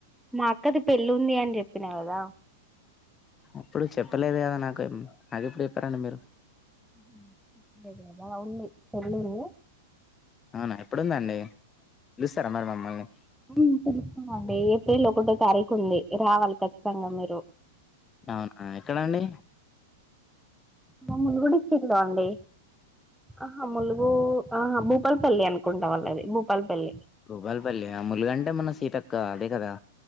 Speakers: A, in the centre; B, on the left.
A: మా అక్కది పెళ్ లుంది అని జెప్పిన కదా
B: అప్పుడు చెప్పలేదు కదా నాకు అదెప్పుడు చెప్పారండి మీరు
A: <inaudible> ఉండేది కదా ఆ ఉంది పెళ్ళిలో
B: అవునా ఎప్పుడుందండి పిలుస్తారా మరి మమ్మల్ని
A: మ్మ్ పిలుస్తామండి ఏప్రిల్ ఒకటో తారీఖు ఉంది రావాలి ఖచ్చితంగా మీరు
B: అవునా ఎక్కడండి
A: మమ్ములు గుడిక్ ఇక్కడ అండి ఆహా ములుగు ఆ భూపల్పల్లి అనుకుంటా వాళ్ళు అది భూపల్పల్లి
B: బూపల్పల్లి ములుగంటే మన సీతక్క అదే కదా